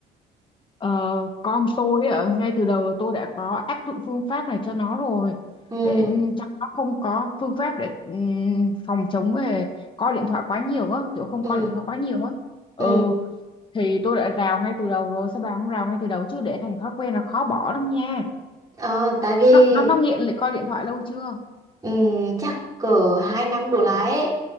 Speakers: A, on the left; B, on the right.
A: Ờ, con tôi ạ, ngay từ đầu là tôi đã có áp dụng phương pháp này cho nó rồi
B: ừ
A: để ừ, cho nó không có phương pháp để ừm, phòng chống về coi điện thoại quá nhiều á kiểu không
B: ừ
A: coi điện thoại quá nhiều á ừ
B: ừ
A: thì tôi đã rào ngay từ đầu rồi sao bà không rào ngay từ đầu chứ để thành thói quen là khó bỏ lắm nha
B: Ờ, tại vì
A: nó nó, nó nghiện lại coi điện thoại lâu chưa
B: Ừm, chắc cỡ hai năm đổ lại ấy